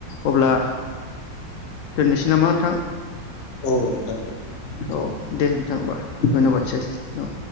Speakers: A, on the left (about 85°); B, on the left (about 50°).
A: अब्ला
B: औ
A: दोननोसै नामा नोंथां?
B: औ नोंथां दे। जागोन
A: औ दे नोंथां होमबा
B: औ
A: धन्य'बादसै औ।